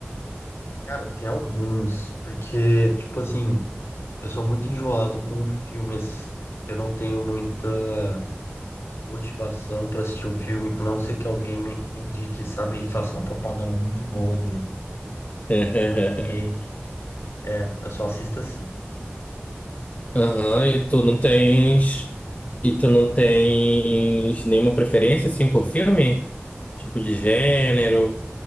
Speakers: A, on the left; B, on the left.
A: Cara, tem alguns, porque, tipo assim, eu sou muito enjoado com filmes. Eu não tenho muita motivação pra assistir um filme, a não ser que alguém me indique, sabe? E faça uma propaganda muito boa dele.
B: <laughs>
A: Aí, é, eu só assisto assim.
B: Aham, e tu não tens... E tu não tens nenhuma preferência, assim, por filme? Tipo de gênero?